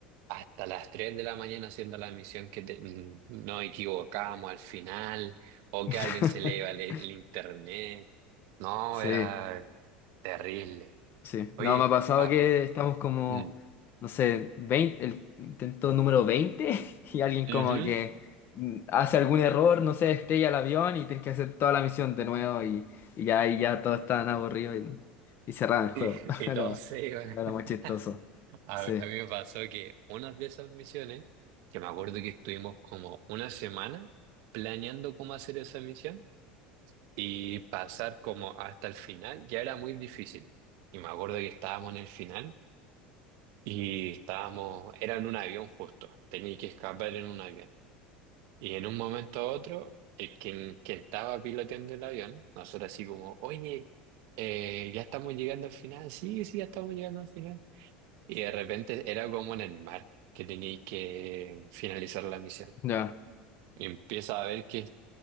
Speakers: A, on the right; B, on the left.
A: hasta las 3 de la mañana haciendo la misión que te- mm, nos equivocábamos al final o
B: <laughs>
A: que a alguien se le iba el, el internet. No,
B: Sí,
A: era terrible.
B: sí.
A: Oye,
B: No, me ha pasado
A: ah,
B: que estamos como,
A: mm,
B: no sé, 20, el intento número 20 <laughs> y alguien
A: ujú,
B: como que mm, hace algún error, no sé, estrella el avión y tienes que hacer toda la misión de nuevo y, y ya, y ya todos están aburridos y, y cerraron
A: <laughs>
B: el juego.
A: y,
B: <laughs>
A: y todos
B: Lo,
A: se iban.
B: lo era
A: <laughs>
B: muy chistoso.
A: A,
B: Sí.
A: a mí me pasó que una de esas misiones, que me acuerdo que estuvimos como una semana planeando cómo hacer esa misión, Y pasar como hasta el final ya era muy difícil. Y me acuerdo que estábamos en el final y estábamos, era en un avión justo, tenía que escapar en un avión. Y en un momento a otro, el quien, quien estaba piloteando el avión, nosotros así como, oye, eh, ya estamos llegando al final, sí, sí, ya estamos llegando al final. Y de repente era como en el mar que tenía que finalizar la misión.
B: Ya.
A: Empieza a ver que